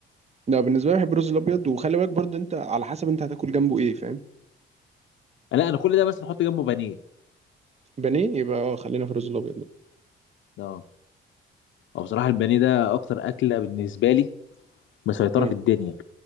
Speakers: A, on the right; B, on the left.
A: لا بالنسبة لي بحب الرز الأبيض وخلي بالك برضه أنت على حسب أنت هتاكل جنبه إيه فاهم
B: لا انا كل ده بس نحط جنبه بانيه
A: بانيه يبقى آه، خلينا في الرز الأبيض ده
B: اه او بصراحه البانيه ده اكتر اكله بالنسبه لي مسيطره
A: امم
B: في الدنيا